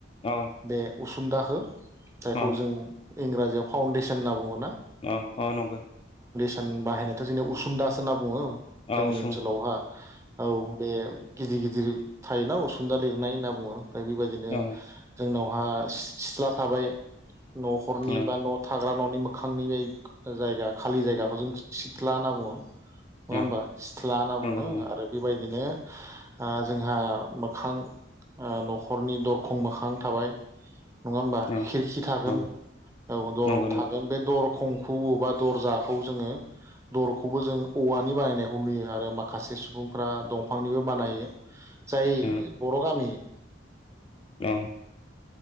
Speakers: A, on the left; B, on the right.
A: औ
B: बे उसुंदाखो जायखौ
A: औ
B: जों इंराजियाव फाउन्डेसन होनना बुङोना
A: औ औ नंगो।
B: बन बाहायनायाथ' जोंनि उसुनदासो होनना बुङो
A: औ
B: जोंनि
A: उसुं
B: ओनसोलावहा औ बे गिदिर गिदिर थायोना असुनदा लिरनाय होनना बुङो ओमफ्राय बेबायदिनो
A: औ
B: जोंनाव हा सिथ्ला थाबाय न'खरनि
A: औ
B: बा न' थाग्रा न'नि म मोखांनि बे जायगा खालि जायगाखौ जों सिथ्ला होनना बुङो। नङा
A: औ
B: होमबा सिथ्ला होनना
A: नंगौ
B: बुङो
A: नंगौ
B: आरो बेबायदिनो ओ जोंहा मोखां ओ न'खरनि दरखं मोखां थाबाय नङा होमबा
A: औ
B: खिरखि थागोन
A: नंगौ
B: औ दर
A: नंगौ नंगौ
B: थागोन बे दर खंखुबो बा दरजाखौ जोङो दरखौबो जों औवानि बानायनायखौ नुयो आरो माखासे सुबुंफ्रा दंफांनिबो बानायो। जाय
A: औ
B: बर' गामि
A: औ।